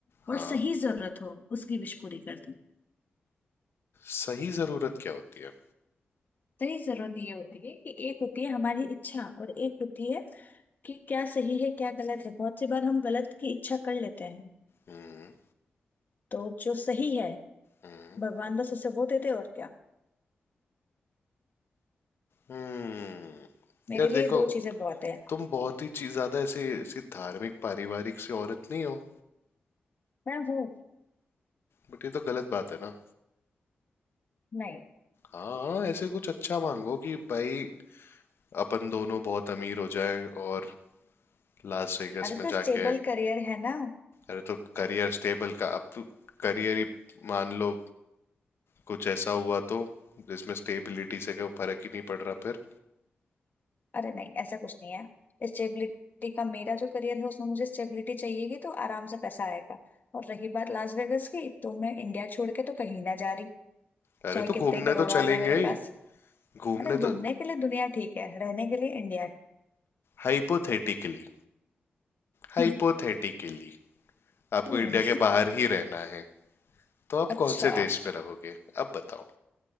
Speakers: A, on the left; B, on the left.
A: और
B: हाँ
A: सही जरूरत हो उसकी विश पूरी कर दूं
B: सही जरूरत क्या होती है
A: सही जरूरत ये होती है कि एक होती है हमारी इच्छा और एक होती है कि क्या सही है क्या गलत है बहुत सी बार हम गलत की इच्छा कर लेते हैं
B: हम्म
A: तो जो सही है
B: हम्म
A: भगवान बस उसे वो देते और क्या
B: हम्म
A: मेरे
B: यार
A: लिए
B: देखो
A: दो चीजें बहुत है
B: तुम बहुत ही चीज ज्यादा ऐसे ऐसी धार्मिक पारिवारिक सी औरत नहीं हो
A: मैं हूँ
B: बट ये तो गलत बात है ना
A: नहीं
B: हाँ ऐसे कुछ अच्छा मांगो कि भाई अपन दोनों बहुत अमीर हो जाए और लास वेगास
A: अरे
B: में
A: तो
B: जाके
A: स्टेबल करियर है ना
B: अरे तो करियर स्टेबल का अब करियर ही मान लो कुछ ऐसा हुआ तो जिसमें स्टेबिलिटी से कोई फर्क ही नहीं पड़ रहा फिर
A: अरे नहीं ऐसा कुछ नहीं है स्टेबिलिटी का मेरा जो करियर है उसमें मुझे स्टेबिलिटी चाहिएगी तो आराम से पैसा आएगा और रही बात लास वेगस की तो मैं इंडिया छोड़ के तो कहीं ना जा रही
B: अरे
A: चाहे
B: तो
A: कितने
B: घूमने
A: ही करोड़
B: तो
A: आ
B: चलेंगे
A: जाए मेरे
B: ही।
A: पास
B: घूमने
A: अरे घूमने
B: तो
A: के लिए दुनिया ठीक है रहने के लिए इंडिया है
B: हाइपोथेटिकली हाइपोथेटिकली
A: हम्म
B: आपको
A: हम्म
B: इंडिया के बाहर ही रहना है तो आप
A: <laughs> अच्छा
B: कौन से देश में रहोगे अब बताओ